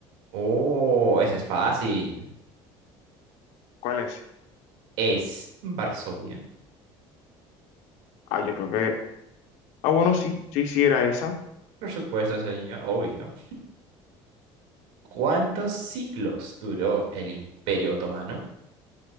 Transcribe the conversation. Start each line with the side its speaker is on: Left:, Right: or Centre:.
Right: Oh, ese es fácil.
Left: ¿Cuál es?
Right: Es Varsovia.
Left: Ah, yo creo que Ah, bueno, sí, sí, sí, era esa.
Right: Por supuesto, señor, obvio. ¿Cuántos siglos duró el Imperio Otomano?